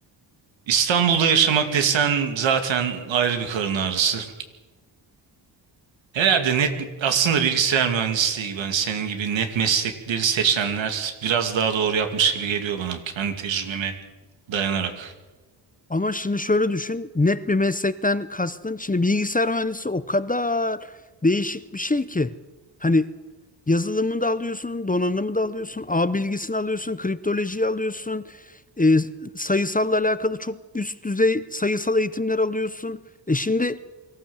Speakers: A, on the right; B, on the left.
A: İstanbul'da yaşamak desen zaten ayrı bir karın ağrısı. Herhalde net aslında bilgisayar mühendisliği gibi hani senin gibi net meslekleri seçenler biraz daha doğru yapmış gibi geliyor bana kendi tecrübeme dayanarak.
B: Ama şimdi şöyle düşün, net bir meslekten kastın. Şimdi bilgisayar mühendisi o kadar değişik bir şey ki. Hani yazılımı da alıyorsun, donanımı da alıyorsun, ağ bilgisini alıyorsun, kriptolojiyi alıyorsun, e, sayısalla alakalı çok üst düzey sayısal eğitimler alıyorsun. E şimdi